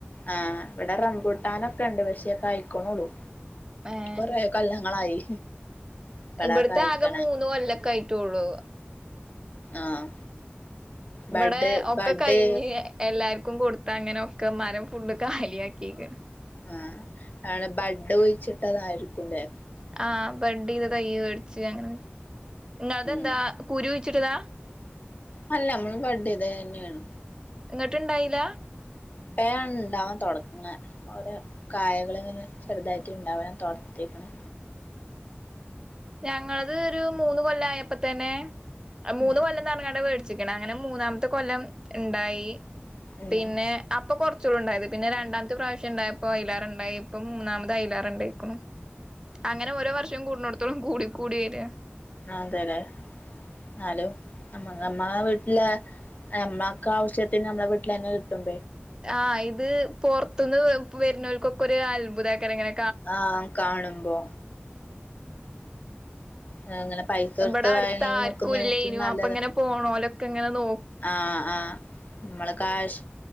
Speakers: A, on the left; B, on the right.
A: ആഹ് ഇവിടെ റംമ്പൂട്ടാനൊക്കെ ഇ ണ്ട് പശേ കായിക്ക്ണുള്ളൂ.
B: ഏഹ്
A: കൊറെ കൊല്ലങ്ങളായി. ഇപ്പളാ
B: ഇബട്ത്തെ
A: കായ്ക്കണെ
B: ആകെ മൂന്ന് കൊല്ലൊക്കെ ആയിട്ടുള്ളു.
A: ആഹ്.
B: ഇബടെ
A: ബഡ്
B: ഒക്കെ
A: ബഡ്
B: കഴിഞ്ഞ് എല്ലാർ ക്കും കൊടുത്ത അങ്ങനെക്കെ മരം ഫുഡ് കാലിയ ആക്കികണ്.
A: ആഹ് അവിടെ ബഡ് കുഴിച്ചിട്ടതായിരിക്കും ല്ലേ?
B: ആഹ് ബഡെയ്ത തയ്യ ഇച്ചിരി അങ്ങനെ ഇങ്ങളെതന്താ
A: ഉം
B: കുരു ച്ചിട്ടതാ?
A: അല്ല നമ്മള് ബഡ്ഡ് ചെയ്തത് തന്നെയാണ്.
B: എന്നിട്ട് ഇണ്ടായില?
A: ഇപ്പഴാണ് ഇണ്ടാവാൻ തുടങ്ങ ഓരോ കായകള ഇങ്ങനെ ചെറുതായിട്ട് ഇണ്ടവാൻ തൊട് ത്തീക്ക്‌ണ്
B: ഞങ്ങള്ത് ഒരു മൂന്ന് കൊല്ലം ആയപ്പോ തന്നെ മൂന്ന്
A: ഉം
B: കൊല്ലം ന്നറഞ്ഞ്ങ്ങാട് അങ്ങനെ മൂന്നാമത്തെ കൊല്ലം ഇ ണ്ടായി.
A: ഉം
B: പിന്നെ അപ്പൊ കൊറച്ചുള്ളൂ ഇ ണ്ടായത് പിന്നെ രണ്ടാമത്തെ പ്രാവശ്യം ഇണ്ടായപ്പോ അയിലേറെ ഉണ്ടായി ഇപ്പ മൂന്നാമ പ്പ അയ്ലേറ ഇണ്ടായിക്ക്‌ണു അങ്ങനെ ഓരോ വർഷം കൂട് ഇപ്പളും കൂടി കൂടി വര
A: ആഹ് അതെല്ലെ എന്നാലും നമ്മ നമ്മ വീട്ടില് നമ്മക്ക് ആവശ്യത്തിന് നമ്മളെ വീട്ടിൽ തന്നെ കിട്ടും
B: ആഹ് ഇത് പൊർത്ത്ന്ന് വരുന്നോർക്കൊക്കെ ഒരു അത്ഭുതാക്കർങ്ങനെ
A: ആഹ് കാണുമ്പോ ആ അങ്ങനെ പൈസ കൊടുത്ത്
B: ഇവിടെ അടുത്ത
A: വാങ്ങി
B: ആർക്കും
A: നോക്കുന്നതിലും
B: ഇല്ലനും
A: നല്ലത്
B: അപ്പ ഇങ്ങനെ പോന്നോലൊക്കെ ഇങ്ങനെ നോ
A: ആഹ് ആഹ് നമ്മള് കാശ്